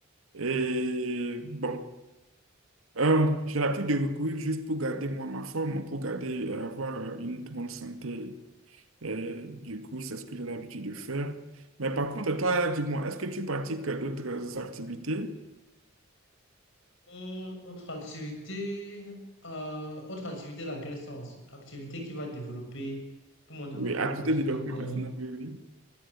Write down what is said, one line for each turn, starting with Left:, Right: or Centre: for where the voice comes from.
Right: Et bon, euh, j'ai l'habitude de courir juste pour garder, moi, ma forme, pour garder, euh, avoir euh, une bonne santé. Et du coup, c'est ce que j'ai l'habitude de faire. Mais par contre, toi, dis-moi, est-ce que tu pratiques euh, d'autres activités?
Left: Hum, autre activité, euh, autre activité dans quel sens? Activité qui va développer pour mon développement
Right: Oui, activités
Left: personnel,
Right: de développement
Left: bien.
Right: personnel, oui, oui.